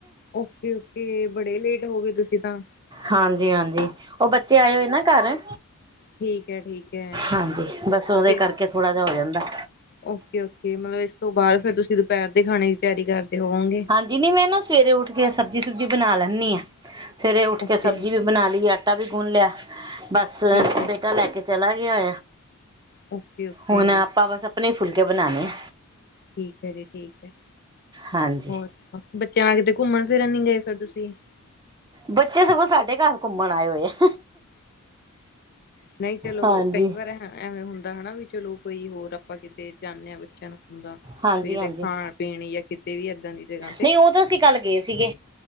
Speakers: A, on the left; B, on the right.
A: ਓਕੇ- ਓਕੇ ਬੜੇ ਲੇਟ ਹੋ ਗਏ ਤੁਸੀਂ ਤਾਂ
B: ਹਾਂਜੀ- ਹਾਂਜੀ ਉ ਬੱਚੇ ਆਏ ਹੋਏ ਨਾ ਘਰ।
A: ਠੀਕ ਹੈ ਠੀਕ ਹੈ।
B: ਹਾਂਜੀ ਬਸ ਉਹਦੇ
A: ਫਿਰ
B: ਕਰਕੇ ਥੋੜਾ ਜਾ ਹੋ ਜਾਂਦਾ।
A: ਓਕੇ- ਓਕੇ ਮਤਲਬ ਇਸ ਤੋਂ ਬਾਅਦ ਫਰ ਤੁਸੀਂ ਦੁਪਹਿਰ ਦੇ ਖਾਣੇ ਦੀ ਤਿਆਰੀ ਕਰਦੇ ਹੋਵੋਗੇ।
B: ਜੀ ਨ ਮੈਂ ਨਾ ਸਵੇਰੇ ਉੱਠ ਕੇ ਸਬਜ਼ੀ ਸੁਬਜ਼ੀ ਬਣਾ ਲੈਂਨੀ ਆ ਸਵੇਰੇ ਉੱਠ
A: ਓਕੇ
B: ਕੇ ਸਬਜ਼ੀ ਵੀ ਬਣਾ ਲਈਏ। ਆਟਾ ਵੀ ਗੁੰਣ ਲਿਆ ਬਸ ਸਵੇ
A: ਠੀਕ ਹੈ
B: ਬੇਟਾ ਲੈ ਕੇ ਚਲਾ ਗਿਆ ਹੋਆ।
A: ਓਕੇ ਓਕੇ
B: ਹੁਣ ਆਪਾਂ ਬਸ ਆਪਣੇ ਈ ਫੁਲਕੇ ਬਣਾਣੇ ਐ।
A: ਠੀਕ ਹੈ ਜੀ ਠੀਕ ਹੈ
B: ਹਾਂਜੀ
A: ਹੋਰ ਬੱਚਿਆਂ ਨਾਲ ਕਿਤੇ ਘੁੰਮਣ ਫਿਰਨ ਨੀ ਗਏ ਫੇਰ ਤੁਸੀਂ?
B: ਬੱਚੇ ਸਗੋਂ ਸਾਡੇ ਘਰ ਘੁੰਮਣ ਆਏ ਹੋਏ ਐ।
A: ਨਹੀਂ ਚਲੋ
B: ਹਾਂਜੀ
A: ਕਈ ਵਾਰ ਐਵੇਂ ਹੁੰਦਾ ਹਨਾ ਵੀ ਚਲੋ ਕੋਈ ਹੋਰ ਆਪਾਂ ਕਿਤੇ ਜਾਂਨੇ ਆ ਬੱਚਿਆਂ ਨੂੰ ਹੁੰਦਾ।
B: ਹਾਂਜੀ
A: ਵੀ ਕਿਤੇ
B: ਹਾਂਜੀ
A: ਖਾਣ ਪੀਣ ਜਾਂ ਕਿਤੇ ਵੀ ਇਏਦਾਂ ਦੀ ਜਗਾ ਤੇ।
B: ਨਹੀਂ ਉਹ ਤਾਂ ਅਸੀਂ ਕੱਲ ਗਏ ਸੀਗੇ